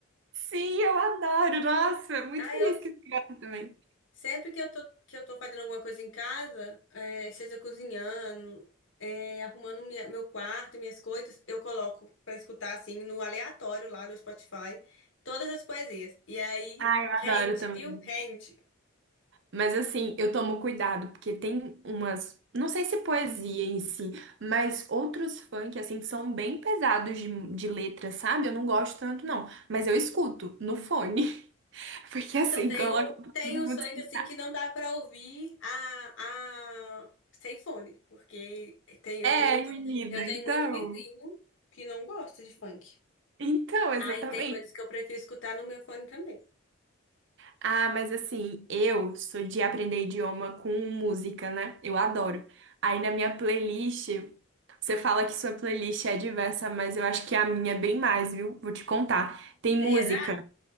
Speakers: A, on the right (about 60°); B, on the left (about 65°).
A: Sim, eu adoro. Nossa, muito
B: Aí
A: feliz
B: eu
A: que você gosta também.
B: sempre que eu tô, que eu tô fazendo alguma coisa em casa, é, seja cozinhando, é, arrumando minha- meu quarto, minhas coisas, eu coloco pra escutar assim no aleatório lá no Spotify todas as poesias. E aí
A: Eu
B: rende,
A: adoro também.
B: viu? Rende.
A: Mas assim, eu tomo cuidado, porque tem umas, não sei se poesia em si, mas outros funk, assim, que são bem pesados de, de letra, sabe? Eu não gosto tanto, não. Mas eu escuto no fone, <laughs> porque assim,
B: Então, tem
A: coloca
B: um,
A: pra
B: tem
A: todo
B: um
A: mundo
B: funk
A: escutar.
B: assim que não dá pra ouvir a, a... sem fone, porque tem, eu tenho
A: É,
B: muito,
A: menina,
B: eu tenho
A: então.
B: muito vizinho que não gosta de funk.
A: Então, exatamente.
B: Aí tem coisas que eu prefiro escutar no meu fone também.
A: Ah, mas assim, eu sou de aprender idioma com música, né? Eu adoro. Aí na minha playlist, você fala que sua playlist é diversa, mas eu acho que a minha é bem mais, viu? Vou te contar. Tem música
B: Será?